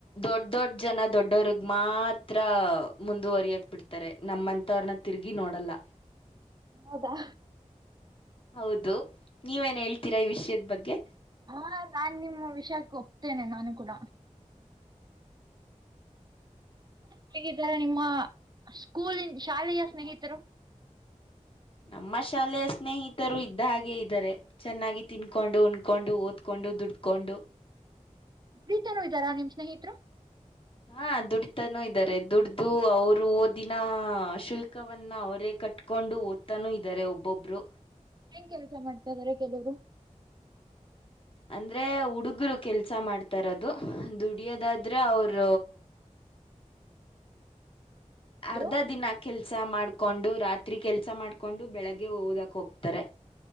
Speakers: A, on the left (about 45°); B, on the right (about 35°).
A: ದೊಡ್ ದೊಡ್ಡ ಜನ ದೊಡ್ಡವ್ರ ಮಾತ್ರ ಮುಂದುವರಿಯಕ ಬಿಡ್ತಾರೆ ನಮ್ಮಂತವ್ರನ್ನ ತಿರುಗಿ ನೋಡಲ್ಲ.
B: ಹೌದಾ
A: ಹೌದು. ನೀವೇನ್ ಹೇಳ್ತೀರಾ ಈ ವಿಷಯದ ಬಗ್ಗೆ
B: ಹಾ ನಾನ್ ನಿಮ್ಮ ವಿಷಕ್ ಓಪತ್ತೆನೆ ನಾನು ಕೂಡ ಹೇಗಿದಾರ ನಿಮ್ಮ ಸ್ಕೂಲ್ ಶಾಲೆಯ ಸ್ನೇಹಿತರು.
A: ನಮ್ಮ ಶಾಲೆಯ ಸ್ನೇಹಿತರು ಇದ್ದ ಹಾಗೆ ಇದ್ದಾರೆ ಚೆನ್ನಾಗಿ ತಿನ್ಕೊಂಡು ಕೊಂಡು ಓದಕೊಂಡು ದುಡ್ಕೊಂಡು
B: ದುಡಿತಾನಾ ಇದ್ದಾರಾ ನಿಮ್ ಸ್ನೇಹಿತರು.
A: ಹಾ ದುಡತಾನೂ ಇದ್ದಾರೆ ದುಡ್ದು ಅವ್ರು ಓದಿನ ಶುಲ್ಕವನ್ನ ಅವರೇ ಕಟ್ಕೊಂಡು ಓದ್ತಾನೂ ಇದ್ದಾರೆ ಒಬ್ಬೊಬ್ರು.
B: ಏನ್ ಕೆಲಸ ಮಾಡ್ತಾ ಇದಾರೆ ಕೆಲವರು
A: ಅಂದ್ರೆ ಹುಡುಗ್ರ ಕೆಲ್ಸ ಮಾಡ್ತಾ ಇರೋದು ದುಡಿಯೋದಾದ್ರೆ ಅವರ
B: <inaudible> ಅವರು
A: ಅರ್ಧ ದಿನ. ಕೆಲ್ಸ ಮಾಡ್ಕೊಂಡು ರಾತ್ರಿ ಕೆಲ್ಸ ಮಾಡ್ಕೊಂಡು ಬೆಳಗ್ಗೆ ಓದಕ್ ಹೋಗ್ತಾರೆ.